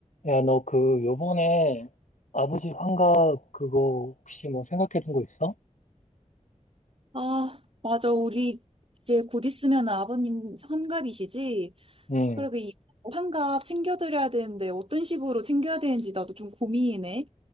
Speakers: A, on the left; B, on the right.
A: 야, 너 그, 요번에 아버지 환갑 그거 혹시 뭐 생각해 둔 거 있어?
B: 아, 맞아. 우리 이제 곧 있으면 아버님 환갑이시지?
A: 응.
B: 그리고 이 환갑 챙겨드려야 되는데 어떤 식으로 챙겨야 되는지 나도 좀 고민이네.